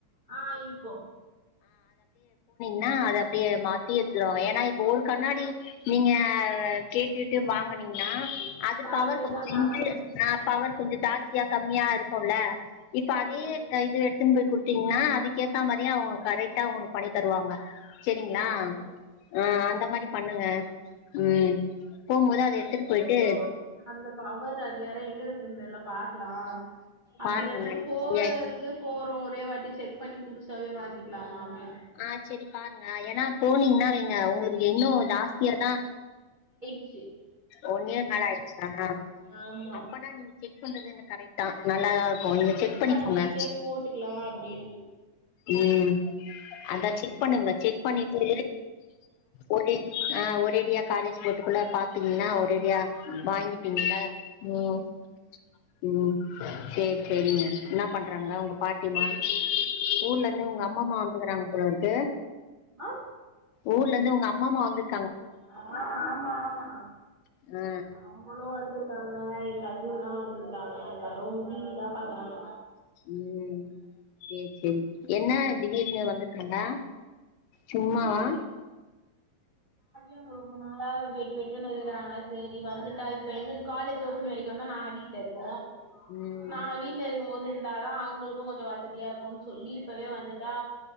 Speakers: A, on the right; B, on the left.
A: ஆ இருக்கு
B: னா அத அப்டியே மாத்தி எடுத்துட்டு வாங்க ஏனா இப்ப ஒரு கண்ணாடி நீங்க கேட்டுட்டு வாங்கனீங்கன்னா அது
A: வேற
B: பவர் கொஞ்சோ
A: ஏதா பவர்
B: இன்டு
A: குடுத்துட்டாங்கன்னா
B: ஆ பவர் கொஞ்சோ ஜாஸ் தியா கம்மியா இரு போல்ல இப்ப
A: ம்
B: அதே இது எடுத்துன் போய் குடுத் திங்கனா அதுக்கேத்த மாரியே அவங்க கரெக்டா உனுக் பண்ணி தருவாங்க சேரிங்களா
A: ம்
B: ஆ
A: ம்
B: அந்த மாரி பண்ணுங்க ம் போம்போது எடுத்துட்டு போயிட்டு
A: அத யோசிக்கிற அந்த பவர் அது வேற எங்க வெச் சன் தெர்ல பாக் லா அப்டி
B: பாருங்க
A: இல்லன்னா
B: நாளைக்கு
A: போறது
B: ஃப்ரீயா
A: போறோ ஒரே வாட்டி செக் பண்ணிப் புதுசாவே வாங்கிக்கலாமா அப்டின்
B: ஆ சேரி பாருங்க ஏனாப் போனீங்னாவே ங்க உங்களுக்கு இன்னு ஜாஸ்தியாதா
A: ச்சு
B: ஒன் இயர் மேல ஆயிருச்சா
A: ஆமா
B: அப்பனா நீங்க செக் பண்றதுனு கரெக்ட்தா நல்லாதா இருக்கு நீங்க செக் பண்ணிக்கோங்க
A: பண்ணிட்டே போட்டுக்கலா அப்டின்னு
B: ம் அதா செக் பண்ணுங்க செக் பண்ணிட்டு ஒரே ஆ ஒரேடியா காலேஜ் போட்டுக்குள்ள பா்த்தீங்கன்னா ஒரேடியா வாங்கப்பீங்கள ம் ம் ம் சேரி சேரிங்க என்ன பண்றாங்க உங்க பாட்டிமா ஊர்ல இருந்து உங்க அம்மமா வந்துக்கறாங்க போளருக்கு
A: ஆ
B: ஊர்ல இருந்து உங்க அம் அம்மாமா வந்துட்
A: ஆ ஆம்மா ஆம்மா
B: ஆ
A: அவ்ங்களு வந்துருக் க்காங்க என் கசின்லா வந்திருக்காங்க எல்லாரு டிவி தா பாக்குறாங்க
B: ம்ம் சேர் சேரி என்ன திடீர்னு வந்திருகாங்க சும்மாவா
A: சும்மா ஏங்க ரொம்ப நாளா வேட்டு வேட்டுன்னு இருந்தாங்க சேரி வந்துட்டா இப்ப எங்க காலேஜ் ஓப்பன் வரைக்குந்தா நாங் வீட்டுல இருப்போ
B: ம்
A: நா வீட்ல இருக்கும்போது தாதா அவங்களுக்கு கொஞ்சோ வசதியா இருக்குன் சொல்லி இப்போவே வந்துட்டா